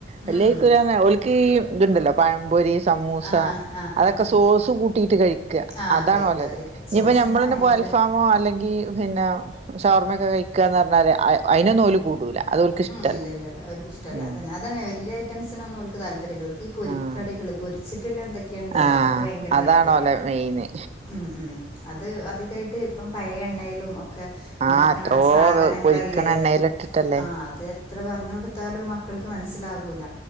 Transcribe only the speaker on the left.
ഉം
ആ ആ ആ
ആ ആ
ആ
കഴിക്കുക
കഴിക്കുക
സോസ്
തന്നെ ഭയങ്കര
ഇല്ല ഇല്ല ഓർക്ക് ഇഷ്ടല്ല
അതന്നെ അതന്ന വല്ല്യ ഐറ്റംസിനൊന്നു ഓല്ക് തല്പര്യം പൊരെലോൽക്കീ പൊരിക്കടികള്
പൊരിച്ചിട്ടുള്ള എന്തൊക്കെയുണ്ടോ
അതൊക്കെ ഭയങ്കര
താല്പര്യാണ്
ഉം ഉം അത് അധികായിട്ട് ഇപ്പം പഴയ എണ്ണയിലും ഒ ക്കെ ഉണ്ടാക്കണ
സാധനങ്ങളല്ലേ
ആ അത് എത്ര പറഞ്ഞു കൊടുത്താലും മക്കൾക്ക് മനസ്സിലാകൂല